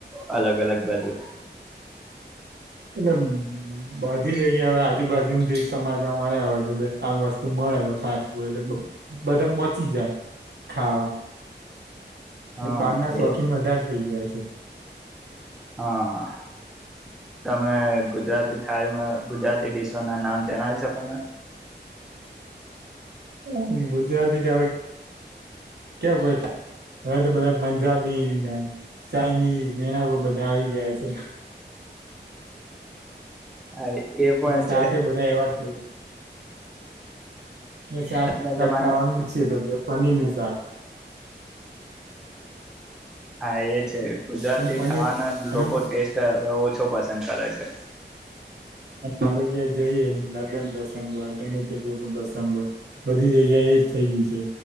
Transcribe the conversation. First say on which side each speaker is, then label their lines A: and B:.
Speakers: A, in the centre; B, on the right.
A: અલગ અલગ બધું
B: એમ. બધી જગ્યા હવે આજુબાજુ કિંમતી <unintelligible> મળ્યા હોય કે બે આ વસ્તુ મળે ફાસ્ટ ફૂડ એટલે બધા પોચી જાય ખાવા.
A: હા
B: એટ બહાર ના શોખીન
A: એ
B: વધારે થઇ ગયા છો. <inaudible>
A: હા હા તમે ગુજરાતી થાળીમાં ગુજરાતી ડીશો ના નામ જણાવી શકો માને.
B: હા ગુજરાતી તો હવે કે કોઈ ખાય હવે તો બધા પંજાબી ને ચાઇનીઝ ને એના બો બધા આવી ગયા છે.
A: હા એ પણ
B: અને શાખે
A: છે
B: બધા એવા જ થઈ <inaudible> ને શાક
A: આજના જમાના
B: ખાવાનું ની છે તો કે પનીર નું શાક.
A: હા એ છે ગુજરાતી
B: અને પનીર
A: ખાવાના
B: અને
A: લોકો ટેસ્ટ હવે ઓછો પસંદ કરે છે.
B: આપણે ક્યાં એ જઈએ લગન પ્રસંગ હોય ગમે તે કોઈ પણ પ્રસંગ હોય બધી જગ્યા એજ થઇ ગયું છે